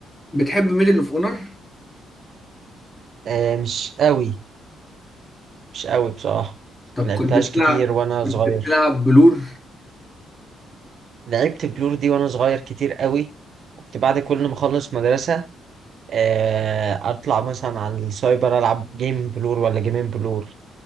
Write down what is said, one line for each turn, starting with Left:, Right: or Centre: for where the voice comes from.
Left: بتحب ميدل اوف اونر
Right: آه، مش قوي مش قوي بصراحة
Left: طب
Right: لعبتهاش
Left: كنت بتلعب
Right: كتير وانا
Left: كنت
Right: صغير
Left: بتلعب بلور
Right: لعبت بلور دي وانا صغير كتير قوي كنت بعد كل ما اخلص مدرسة آه، اطلع مثلا على السايبر العب جيم بلور ولا جيمين بلور